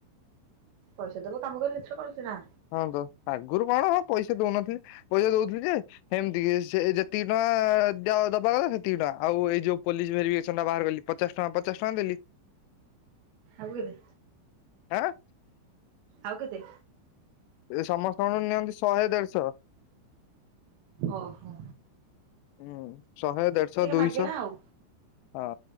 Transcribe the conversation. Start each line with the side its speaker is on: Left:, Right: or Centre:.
Right: ପଇସା ତବ କାମ କର ଭିତରେ କରୁଛି ନା
Left: ହଁ ତ ଆଗରୁ କଣ ହଁ ପଇସା ଦଉନଥିଲି ପଇସା ଦଉଥିଲି ଯେ ସେମିତି କି ସେ ଯେତିକି ଟଙ୍କା ଦ ଦବା କଥା ସେତିକି ଟଙ୍କା ଆଉ ଏଇ ଯୋଉ ପୋଲିସ ଭେରିଫିକେସନ ଟା ବାହାର କଲି ପଚାଶ ଟଙ୍କା ପଚାଶ ଟଙ୍କା ଦେଲି
Right: ଆଉରେ
Left: ହଁ
Right: ଆଉ କେତେ
Left: ଏ ସମସ୍ତଙ୍କଠୁ ନିଅନ୍ତି ଶହେ ଦେଢଶହ
Right: ଓ ହୋ
Left: ହୁଁ ଶହେ ଦେଢଶହ ଦୁଇଶହ
Right: ମାଗେଣା ଆଉ
Left: ହଁ